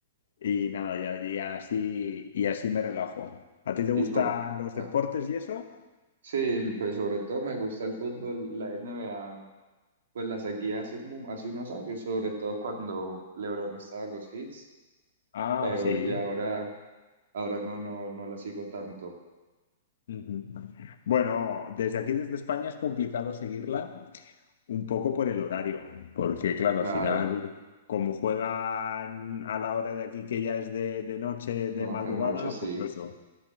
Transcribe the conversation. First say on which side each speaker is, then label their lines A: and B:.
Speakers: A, on the left; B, on the right.
A: y nada, ya, y así, y así me relajo. ¿A ti te gustan
B: Y como,
A: los
B: ah,
A: deportes y eso?
B: sí, pues sobre todo me gusta el fútbol, la NBA, pues la seguía hace, mu- hace unos años, sobre todo cuando LeBron estaba en los hits,
A: Ah,
B: pero
A: sí.
B: ya ahora, ahora no, no, no la sigo tanto.
A: Ujú. Bueno, desde aquí, desde España, es complicado seguirla un poco por el horario, porque claro,
B: Claro,
A: al final, como juegan a la hora de aquí que ya es de, de noche,
B: no,
A: de madrugada,
B: anoche sí.
A: pues eso.